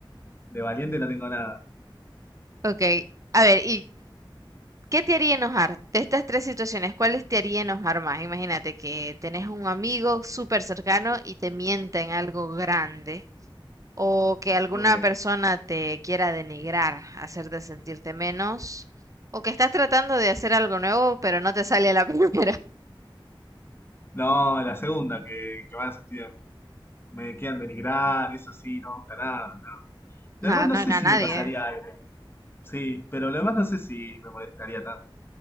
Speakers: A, on the left; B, on the right.
A: de valiente no tengo nada.
B: Ok, a ver, ¿y qué te haría enojar? De estas tres situaciones, ¿cuáles te haría enojar más? Imagínate que tenés un amigo súper cercano y te mienta en algo grande. o que alguna
A: Ok.
B: persona te quiera denigrar, hacerte sentirte menos, o que estás tratando de hacer algo nuevo, pero no te sale a la primera. <laughs>
A: No, la segunda, que, que van a sentir, me quieran denigrar, eso sí, no me gusta nada, no. Lo
B: No,
A: demás no
B: no
A: sé
B: a nadie.
A: si me Ah, pasaría
B: ¿eh?
A: algo. Sí, pero lo demás no sé si me molestaría tanto.